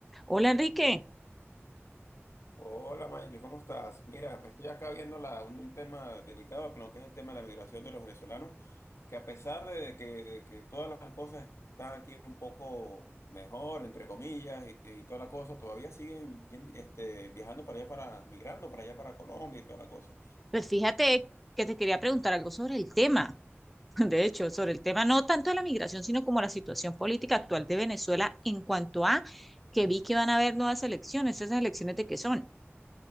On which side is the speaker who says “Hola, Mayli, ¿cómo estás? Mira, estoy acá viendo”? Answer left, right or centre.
Left